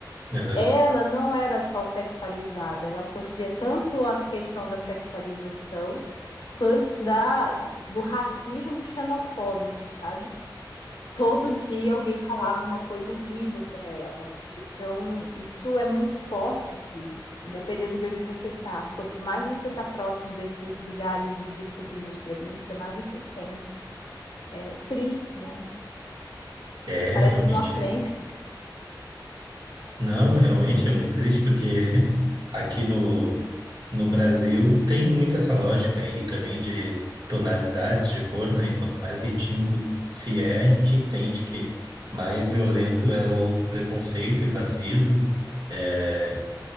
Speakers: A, on the right; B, on the left.
A: Aham.
B: Ela não era só sexualizada, ela sofria tanto a questão da sexualização quanto da do racismo xenofóbico, sabe? Todo dia alguém falava uma coisa horrível para ela. Então, isso é muito forte aqui, dependendo de onde você está. Quanto mais você está próximo desses lugares de discursos extremistas, mais você sente. É triste, né?
A: É,
B: Parece
A: realmente
B: que não aprende.
A: Não, realmente é muito triste porque <laughs> aqui no, no Brasil tem muito essa lógica aí também de tonalidades de cor, né? E quanto mais retinto se é, a gente entende que mais violento é o preconceito e o racismo eh,